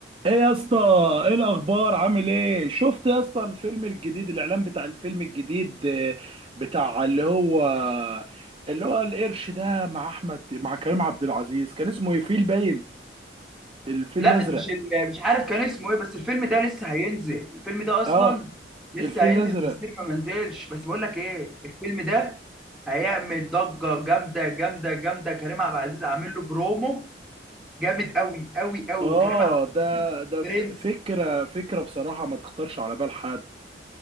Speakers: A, on the right; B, in the centre.
A: ايه يا اسطى ايه الاخبار عامل ايه شفت يا اسطى الفيلم الجديد الاعلان بتاع الفيلم الجديد آه، بتاع اللي هو اللي هو القرش ده مع احمد مع كريم عبد العزيز كان اسمه ايه فيل باين الفيل
B: لا
A: الازرق
B: مش ال- مش عارف كان اسمه ايه بس الفيلم ده لسه هينزل الفيلم ده اصلا
A: اه
B: لسه
A: الفيل
B: هينزل
A: الازرق
B: في السينما ما نزلش بس بقول لك ايه الفيلم ده هيعمل ضجه جامده جامده جامده كريم عبد العزيز عامل له برومو جامد قوي قوي قوي
A: اه
B: وكريم عبد
A: ده
B: العزيز
A: ده
B: برنس
A: ف- فكره فكره بصراحه ما تخطرش على بال حد